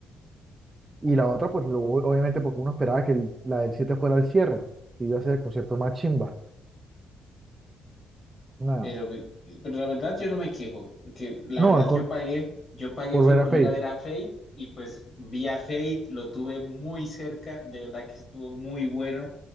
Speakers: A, on the right; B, on the left.
A: Y la otra, pues lo- obviamente porque uno esperaba que el- la del 7 fuera el cierre y iba a ser el concierto más chimba. Nada.
B: Pero, pe- pero la verdad yo no me quejo, porque la verdad
A: No, el con-
B: yo pagué, yo pagué
A: Volver
B: fue por
A: a Faith.
B: ir a ver a Fate y pues vi a Fate, lo tuve muy cerca, de verdad que estuvo muy bueno.